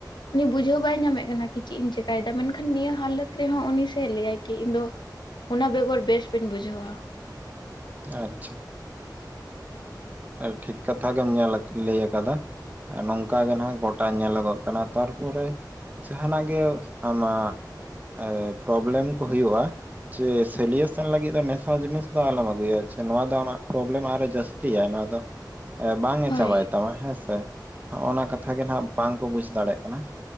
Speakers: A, on the left; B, on the right.
A: ᱩᱱᱤ ᱵᱩᱡᱷᱟᱹᱣ ᱵᱟᱭ ᱧᱟᱢᱮᱜ ᱠᱟᱱᱟ ᱠᱤ ᱪᱮᱫ ᱤᱧ ᱪᱮᱠᱟᱹᱭᱮᱫᱟ ᱢᱮᱱᱠᱷᱟᱱ ᱱᱤᱭᱟᱹ ᱦᱟᱞᱚᱛ ᱨᱮᱦᱚᱸ ᱩᱱᱤ ᱥᱮ ᱞᱟᱹᱭᱟᱭ ᱠᱤ ᱤᱧ ᱫᱚ ᱚᱱᱟ ᱵᱮᱜᱚᱨ ᱵᱮᱥ ᱵᱟᱹᱧ ᱵᱩᱡᱷᱟᱹᱣᱟ᱾
B: ᱟᱪᱪᱷᱟ ᱟᱨ ᱴᱷᱤᱠ ᱠᱟᱛᱷᱟ ᱜᱮᱢ ᱧᱮᱞ ᱞᱟᱹᱭ ᱟᱠᱟᱫᱟ᱾ ᱱᱚᱝᱠᱟ ᱜᱮ ᱱᱟᱜ ᱜᱚᱴᱟ ᱧᱮᱞᱚᱜᱚᱜ ᱠᱟᱱᱟ ᱛᱟᱨᱯᱚᱨᱮ ᱡᱟᱦᱟᱱᱟᱜ ᱜᱮ ᱟᱢᱟᱜ ᱟᱨ ᱯᱨᱚᱵᱞᱮᱢ ᱠᱚ ᱦᱩᱭᱩᱜᱼᱟ, ᱡᱮ ᱥᱚᱞᱤᱭᱚᱥᱚᱱ ᱞᱟᱹᱜᱤᱫ ᱫᱚ ᱱᱮᱥᱟ ᱡᱤᱱᱤᱥ ᱫᱚ ᱟᱞᱚᱢ ᱟᱹᱜᱩᱭᱟ ᱱᱚᱣᱟ ᱫᱚ ᱟᱢᱟᱜ ᱯᱨᱚᱵᱞᱮᱢ ᱟᱨ ᱦᱚᱸ ᱡᱟ. ᱥᱛᱤᱭᱟ ᱱᱚᱣᱟ ᱫᱚ ᱵᱟᱝ
A: ᱦᱳᱭ,
B: ᱮ ᱪᱟᱵᱟᱭ ᱛᱟᱢᱟ ᱦᱮᱸ ᱥᱮ, ᱦᱚᱸᱜ ᱱᱚᱣᱟ ᱠᱟᱛᱷᱟ ᱜᱮ ᱱᱟᱜ ᱵᱟᱝᱠᱚ ᱵᱩᱡᱽ ᱫᱟᱲᱮᱭᱟᱜ ᱠᱟᱱᱟ,